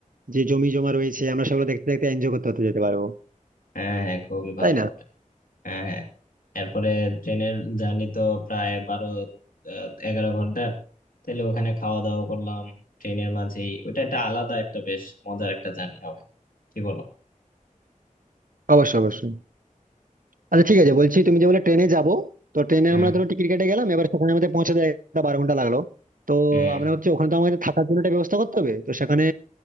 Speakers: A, on the right; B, on the left.
A: যে জমি জমা রয়েছে আমরা সেগুলো দেখতে দেখতে এনজয় করতে করতে যেতে পারবো
B: হ্যাঁ হ্যাঁ খুবই ভালো
A: তাই না
B: হবে হ্যাঁ হ্যাঁ এরপরে ট্রেনের জার্নি তো প্রায় বারো আহ, এগারো ঘন্টার তাহলে ওখানে খাওয়া দাওয়া করলাম ট্রেনের মাঝেই ওটা একটা আলাদা একটা বেশ মজার একটা জার্নি হবে কি বলো
A: অবশ্যই অবশ্যই আচ্ছা ঠিক আছে বলছি তুমি যে বলে ট্রেনে যাব তো ট্রেনে
B: হ্যাঁ
A: আমরা ধরো টিকিট কেটে গেলাম এবার সেখানে আমাদের পৌঁছাতে একটা বারো ঘন্টা লাগলো তো
B: হুম
A: আমরা ভাবছি ওখানে তো আমাদের থাকার জন্য একটা ব্যবস্থা করতে হবে তো সেখানে